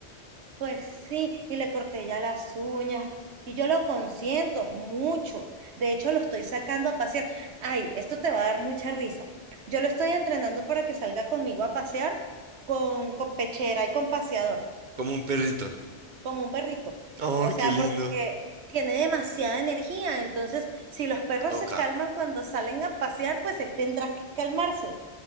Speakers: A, on the right (about 75°); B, on the right (about 50°).
A: Pues sí, y le corté ya las uñas. Y yo lo consiento mucho. De hecho, lo estoy sacando a pasear. Ay, esto te va a dar mucha risa. Yo lo estoy entrenando para que salga conmigo a pasear con, con pechera y con paseador,
B: Como un perrito.
A: como un perrito.
B: Ay,
A: O sea,
B: qué lindo.
A: porque tiene demasiada energía. Entonces, si los perros
B: Toca.
A: se calman cuando salen a pasear, pues él tendrá que calmarse.